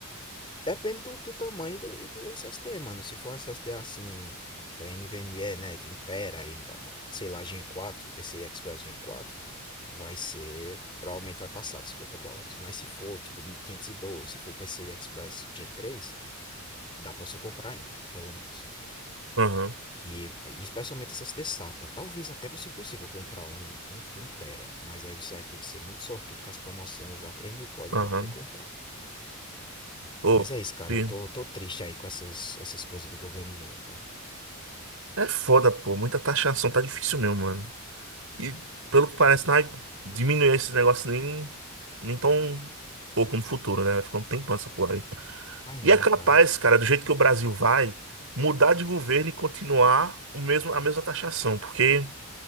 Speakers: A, on the left; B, on the right.
A: Depende do, do tamanho do, e do SSD, mano. Se for um SSD assim, é, NVMe, né, de um tera, e, sei lá, Gen 4, PCI Express Gen 4, vai ser, provavelmente vai passar de 50 dólares. Mas se for, tipo, de 512, se for PCI Express Gen 3, dá pra você comprar ainda, pelo menos.
B: Aham,
A: E, e especialmente SSD SATA. Talvez até você consiga comprar um, um de um tera, mas aí você vai ter que ser muito sortudo com as promoções, usar três mil códigos
B: aham.
A: pra poder comprar.
B: Pô,
A: Mas é isso, cara.
B: e-
A: Eu tô, eu tô triste aí com essas, essas coisas do governo Lula, cara.
B: é foda, pô. Muita taxação, tá difícil mesmo, mano. E pelo que parece, não vai diminuir esse negócio nem, nem tão pouco no futuro, né? Vai ficar um tempão essa porra
A: Vai
B: E
A: não,
B: é capaz,
A: cara.
B: cara, do jeito que o Brasil vai, mudar de governo e continuar o mesmo, a mesma taxação, porque